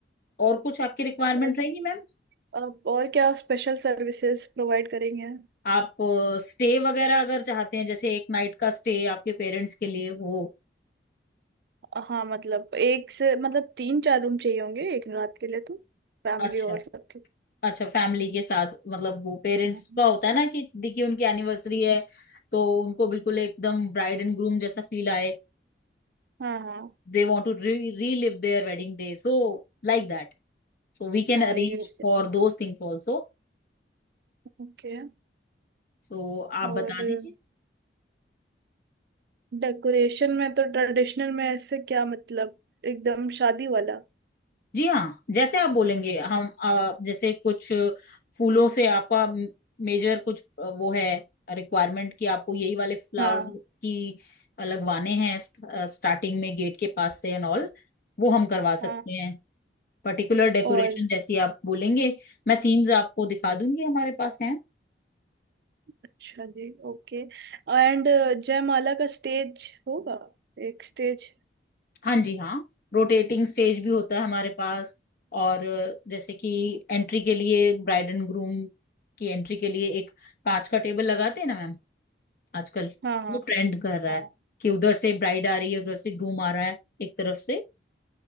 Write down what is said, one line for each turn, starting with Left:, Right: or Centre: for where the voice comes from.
Left: और कुछ आपकी रिक्वायरमेंट
Right: और
Left: रहेगी मैम
Right: अब और क्या स्पेशल सर्विसेज प्रोवाइड करेंगे
Left: आप स्टे वगैरह अगर चाहते हैं जैसे एक नाइट का स्टे आपके पेरेंट्स के लिए हो
Right: हाँ मतलब एक से मतलब तीन चार रूम चाहिए होंगे एक रात के लिए तो फैमिली
Left: अच्छा
Right: और सबके
Left: अच्छा फैमिली के साथ मतलब वो पेरेंट्स
Right: हाँ
Left: का होता है ना कि देखिए उनकी एनिवर्सरी है तो उनको बिल्कुल एकदम ब्राइड एंड ग्रूम जैसा फील आए
Right: हाँ हाँ
Left: They want to relive their wedding day so like that so we can
Right: हाँ,
Left: arrange
Right: ये
Left: for those things also
Right: ओके
Left: So
Right: और
Left: आप बता दीजिए
Right: डेकोरेशन में तो ट्रेडिशनल में ऐसे क्या मतलब एकदम शादी वाला
Left: जी हाँ जैसे आप बोलेंगे हम आ, जैसे कुछ फूलों से आपका मेजर कुछ अ, वो है रिक्वायरमेंट कि आपको यही वाले फ्लावर्स
Right: हाँ
Left: की आ, लगवाने हैं स्टार्टिंग में गेट के पास से एंड ऑल वो हम करवा सकते
Right: हाँ
Left: हैं पर्टिकुलर डेकोरेशन
Right: और
Left: जैसी आप बोलेंगे मैं थीम्स आपको दिखा दूंगी हमारे पास हैं
Right: अच्छा जी ओके एंड जयमाला का स्टेज होगा एक स्टेज
Left: हाँ जी हाँ रोटेटिंग स्टेज भी होता है हमारे पास और अ, जैसे कि एंट्री के लिए ब्राइड एंड ग्रूम की एंट्री के लिए एक कांच का टेबल लगाते हैं ना मैम आजकल
Right: हाँ हाँ
Left: वो ट्रेंड कर रहा
Right: हाँ
Left: है कि उधर से ब्राइड आ रही है उधर से ग्रूम आ रहा है एक तरफ से